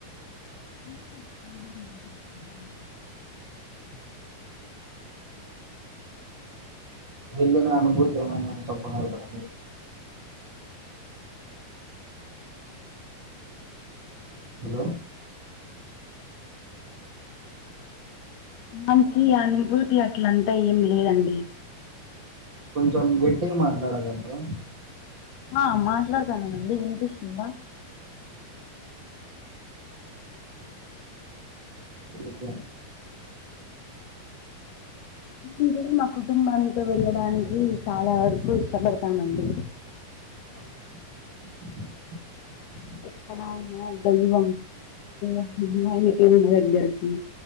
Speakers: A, on the left; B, on the right.
A: <inaudible>
B: వెళ్లిన అనుభూతి ఏదైనా చెప్పగల్గుతారా హలో
A: దానికి అనుభూతి అట్లంటా ఏం లేదండి
B: కొంచం గట్టిగ మాట్లాడాగలుగుతర
A: ఆ మాట్లాడతానండి ఇనిపిస్తుందా
B: ఇంక
A: ఇ మా కుటుంబంతో వెళ్ళడానికి చాలా వరకు ఇష్టపడతామండి
B: <inaudible>
A: ఎక్కడ గలీవ <inaudible> మా దగ్గరకి